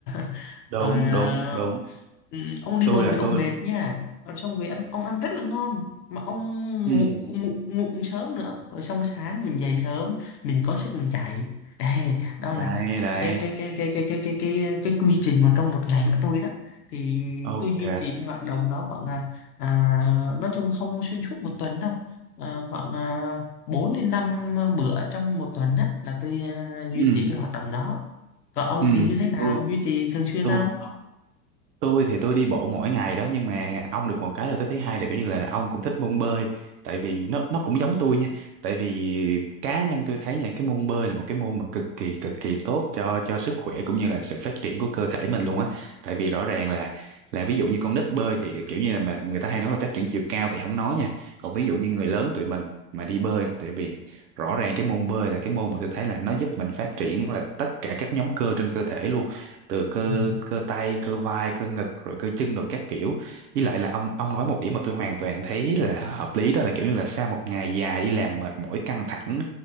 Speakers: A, on the left (about 80°); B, on the right (about 80°).
A: <laughs>
B: đúng
A: rồi à,
B: đúng đúng
A: Ừ, ông đi
B: tôi
A: bơi
B: là
A: với ông
B: tôi
A: mệt nha rồi xong về ăn ông ăn rất là ngon mà ông
B: ừ
A: ngủ ngủ ngủ cũng sớm nữa rồi xong sáng mình dậy sớm mình có sức mình chạy Ê, đó
B: đây
A: là
B: đấy
A: cái cái cái cái cái cái cái cái cái quy trình mà trong một ngày của tôi đó thì
B: ok
A: tôi duy trì cái hoạt động đó khoảng là à, nói chung không xuyên suốt một tuần đâu à, khoảng à, 4 đến 5 bữa trong một tuần á là tôi à, duy
B: ừ
A: trì cái hoạt động đó còn ông
B: ừ
A: thì như thế nào
B: tôi
A: duy trì thường xuyên
B: tôi
A: không
B: tôi thì tôi đi bộ mỗi ngày đó nhưng mà ông được một cái là tôi thấy hay là kiểu như là ông cũng thích môn bơi tại vì nó nó cũng giống tôi nha tại vì cá nhân tôi thấy nha cái môn bơi là một cái môn mà cực kỳ cực kỳ tốt cho cho sức khỏe cũng như là sự phát triển của cơ thể mình luôn á tại vì rõ ràng là là ví dụ như con nít bơi thì kiểu như là mà người ta hay nói là phát triển chiều cao thì không nói nha còn ví dụ như người lớn tụi mình mà đi bơi tại vì rõ ràng cái môn bơi là cái môn mà tôi thấy là nó giúp mình phát triển là tất cả các nhóm cơ trên cơ thể luôn từ cơ
A: Ừ.
B: cơ tay cơ vai cơ ngực rồi cơ chân rồi các kiểu với lại là ông ông nói một điểm mà tôi hoàn toàn thấy là hợp lý đó là kiểu như là sau một ngày dài đi làm mệt mỏi căng thẳng